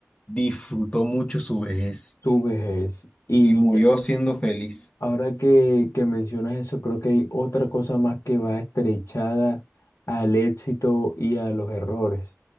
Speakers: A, on the left; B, on the left.
A: disfrutó mucho su vejez
B: tu vejez. Y
A: y murió siendo feliz.
B: Ahora que, que mencionas eso, creo que hay otra cosa más que va estrechada al éxito y a los errores,